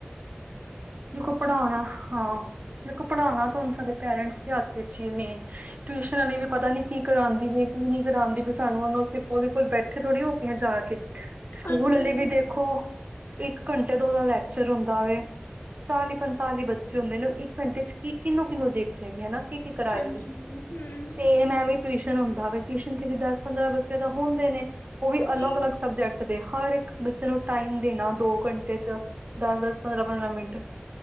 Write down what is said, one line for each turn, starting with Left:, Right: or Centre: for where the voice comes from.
Right: ਦੇਖੋ ਪੜ੍ਹਾਣਾ ਹਾਂ ਦੇਖੋ ਪੜ੍ਹਾਣਾ ਤੇ ਹੁਨ ਸਾਡੇ ਪੇਰੈਂਟਸ ਦੇ ਹੱਥ ਇਚ ਈ ਏ ਮੇਨ ਟਿਊਸ਼ਨ ਆਲੀ ਵੀ ਪਤਾ ਨੀ ਕੀ ਕਰਾਂਦੀ ਪਈ ਕੀ ਨਹੀਂ ਕਰਾਂਦੀ ਪਈ ਸਾਨੂੰ ਉਹਨੂੰ ਅਸੀਂ ਉਹਦੇ ਕੋਲ ਬੈਠ ਉੱਥੇ ਥੋੜੀ ਹੋ ਕੇਈਆਂ ਜਾ ਕੇ ਸਕੂਲ
Left: ਹਾਂਜੀ
Right: ਹੇ ਵੀ ਦੇਖੋ, ਇੱਕ ਘੰਟੇ ਤੋਂ ਉਹਦਾ ਲੈ ਕੇ <unintelligible> ਚ ਰੋਂਦਾ ਵੇ। ਚਾਲੀ ਪੰਤਾਲੀ ਬੱਚੇ ਹੁੰਦੇ ਨੇ ਇੱਕ ਘੰਟੇ ਚ ਕੀ ਕਿਹਨੂੰ-ਕਿਹਨੂੰ ਦੇਖੇਗੀ ਹਨਾ ਕਿ ਕਰਾਏਗੀ
Left: ਹਾਂਜੀ ਹਮ
Right: ਸੇਮ ਏ ਵੀ ਟਿਊਸ਼ਨ ਹੁੰਦਾ ਵੇ ਟਿਊਸ਼ਨ ਤੇ ਵੀ ਦਸ ਪੰਦਰਾਂ ਬੱਚੇ ਤਾਂ ਹੁੰਦੇ ਨੇ ਉਹ ਵੀ
Left: ਜੀ
Right: ਅਲੱਗ-ਅਲੱਗ ਸਬਜੈਕਟ ਦੇ ਹਰ ਇੱਕ ਬੱਚੇ ਨੂੰ ਟਾਈਮ ਦੇਣਾ ਦੋ ਘੰਟੇ ਚ ਦਸ ਦਸ ਪੰਦਰਾਂ-ਪੰਦਰਾਂ ਮਿੰਟ